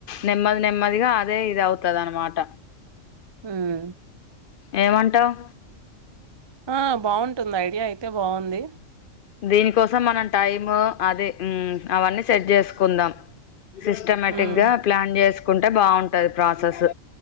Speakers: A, on the left; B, on the right.
A: నెమ్మది నెమ్మదిగా అదే ఇది అవుతద అనమాట
B: హ్మ్.
A: ఏమంటావు
B: ఆ బాగుంటుంది ఐడియా అయితే బాగుంది
A: దీనికోసం మనం టైము అదే హ్మ్ అవన్నీ సెట్ చేసుకుందాం సిస్టమేటిక్
B: హ్మ్.
A: గా ప్లాన్ చేసు చకుంటే బాగుంటది ప్రాసెస్